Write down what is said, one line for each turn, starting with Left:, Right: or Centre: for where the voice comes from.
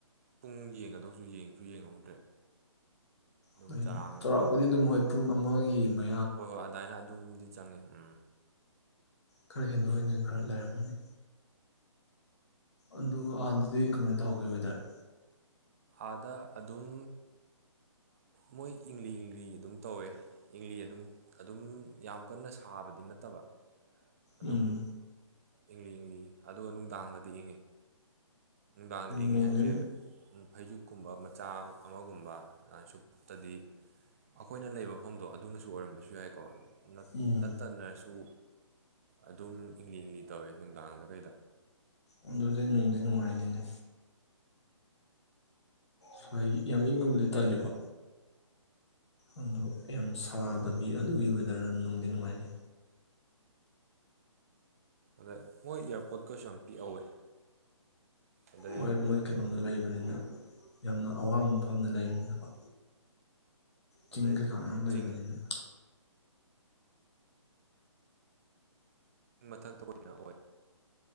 Right: ꯄꯨꯡ ꯌꯦꯡꯒꯗꯧꯁꯨ ꯌꯦꯡꯉꯁꯨ ꯌꯦꯡꯍꯧꯗ꯭ꯔꯦ ꯑꯗꯨꯝ
Left: ꯍꯣꯏꯅꯦ
Right: ꯆꯔꯥꯡꯅꯕꯗ
Left: ꯆꯥꯎꯔꯥꯛꯄꯗꯤ ꯑꯗꯨꯝ ꯍꯣꯏ ꯄꯨꯡ ꯑꯃꯒꯤ ꯃ
Right: ꯍꯣꯏ ꯍꯣꯏ ꯑꯗꯨꯃꯥꯏꯅ ꯑꯗꯨꯝꯗꯤ ꯆꯪꯉꯦ ꯎꯝ
Left: ꯈꯔ ꯍꯦꯟꯗꯣꯛ ꯍꯦꯟꯖꯤꯟ ꯈꯔ ꯂꯩꯔꯝꯃꯅꯤ ꯑꯗꯨ ꯑꯥꯟꯗꯨꯗꯤ ꯀꯃꯥꯏꯅ ꯇꯧꯍꯧꯒꯦ ꯋꯦꯗꯔ
Right: ꯑꯥꯗ ꯑꯗꯨꯝ ꯃꯣꯏ ꯏꯪꯂꯤ ꯏꯪꯂꯤ ꯑꯗꯨꯝ ꯇꯧꯋꯦ ꯏꯪꯂꯤ ꯑꯗꯨꯝ ꯑꯗꯨꯝ ꯌꯥꯝ ꯀꯟꯅ ꯁꯥꯕꯗꯤ ꯅꯠꯇꯕ ꯑꯗꯨꯝ
Left: ꯎꯝ
Right: ꯏꯪꯂꯤ ꯏꯪꯂꯤ ꯑꯗꯨꯒ ꯅꯨꯡꯗꯥꯡꯗꯗꯤ ꯏꯪꯉꯦ ꯅꯨꯡꯗꯥꯡꯗ ꯏꯪꯉꯦ
Left: ꯅꯨꯡꯗꯤ
Right: ꯍꯥꯏꯁꯦ ꯐꯩꯖꯛꯀꯨꯝꯕ ꯃꯆꯥ ꯑꯃꯒꯨꯝꯕ ꯑꯗꯨꯃꯥꯏ ꯁꯨꯞꯇꯗꯤ ꯑꯩꯈꯣꯏꯅ ꯂꯩꯕ ꯃꯐꯝꯗꯣ ꯑꯗꯨꯅꯁꯨ ꯑꯣꯏꯔꯝꯕꯁꯨ ꯌꯥꯏꯀꯣ
Left: ꯎꯝ
Right: ꯅꯠꯇꯅꯁꯨ ꯑꯗꯨꯝ ꯏꯪꯂꯤ ꯏꯪꯂꯤ ꯇꯧꯋꯦ ꯅꯨꯡꯗꯥꯡꯗ ꯀꯩꯗ
Left: ꯑꯗꯨꯗꯗꯤ ꯅꯅꯨꯡꯗꯤ ꯅꯨꯡꯉꯥꯏꯅꯤꯅꯦ ꯁ꯭ꯋꯥ ꯌꯥꯝ ꯏꯪꯕꯨꯗꯤ ꯇꯜꯂꯤꯀꯣ ꯑꯗꯣ ꯌꯥꯝ ꯁꯥꯗꯕꯤ ꯑꯗꯨꯒꯤ ꯋꯦꯗꯔ ꯑꯗꯨ ꯅꯨꯡꯗꯤ ꯅꯨꯡꯉꯥꯏꯅꯤ
Right: ꯑꯗ ꯃꯣꯏ ꯏꯌꯥꯔꯄꯣꯔꯠꯀꯁꯨ ꯌꯥꯝ ꯄꯤꯛꯍꯧꯋꯦ ꯑꯗꯩ
Left: ꯍꯣꯏ ꯃꯣꯏ ꯀꯩꯅꯣꯗ ꯂꯩꯕꯅꯤꯅ ꯌꯥꯝꯅ ꯑꯋꯥꯡꯕ ꯃꯐꯝꯗ ꯂꯩꯕꯅꯤꯅꯀꯣ ꯇꯤꯡ
Right: ꯑꯗꯩ
Left: ꯀ ꯀꯥꯟꯝ ꯂꯩꯅꯤꯅ
Right: ꯆꯤꯡ ꯃꯊꯛꯇ ꯑꯣꯏꯅ ꯑꯣꯏ